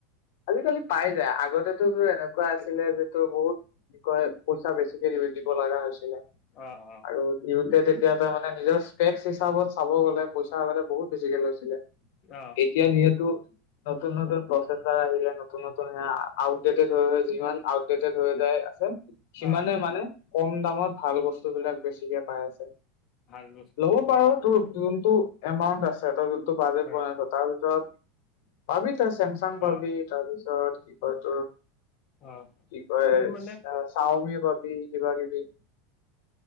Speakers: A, on the left (about 65°); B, on the left (about 35°).
A: আজিকালি পাই যায় আগতেতো এনেকুৱা আছিলে যটো বহুত কি কয় পইচা বেছিকে দিব লগা হৈছিলে
B: অ অ
A: আৰু দু তেতিয়া ত মানে নিজৰ স্পেকস হিচাপত চাব গ'লে পইচা বহুত বেছিকে লৈছিলে
B: অ
A: এতিয়া যিহেতু নতুন নতুন প্ৰচে আহিলে নতুন নতুন স আউটডেটেড হৈ যিমান আউটডেটেড হৈ যায় আছে সিমানে
B: অ
A: মানে কম দামত ভাল বস্তু বিলাক বেছিকে পাই আছে
B: ভাল বস্তুবোৰ
A: লব পাৰ
B: ন
A: তোৰ যোন তোৰ এমাউণ্ট আছে তই যোন টো বাজেট
B: অ
A: বনাইছ, তাৰ ভিতৰত পাবি তই ছেম পাবি
B: অ
A: তাৰপিছত বিষয়টোৰ,
B: অ
A: কি কয়
B: তোৰ মানে
A: চাওমি পাবি কিবা কিবি